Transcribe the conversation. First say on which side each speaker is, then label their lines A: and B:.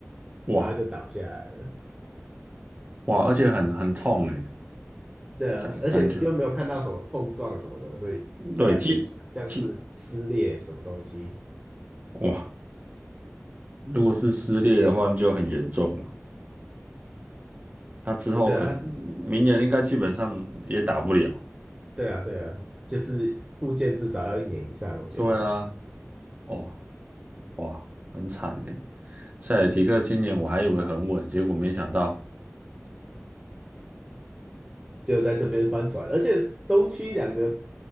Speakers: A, on the right (about 35°); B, on the right (about 15°).
A: 哇
B: 然后就倒下来了。
A: 哇，而且很很痛诶，
B: 对啊，
A: 感感觉
B: 而且又没有看到什么碰撞什么的，所以感觉好像是撕裂什么东西。
A: 对肌肌哇，如果是撕裂的话那就很严重了。那之后可能明年应该基本上也打不了。
B: 对啊，它是，对啊，对啊，就是复健至少要一年以上，我觉得
A: 对啊，哦，哇，很惨呢。塞尔提克今年我还以为很稳，结果没想到，
B: 就在这边翻船，而且东区两个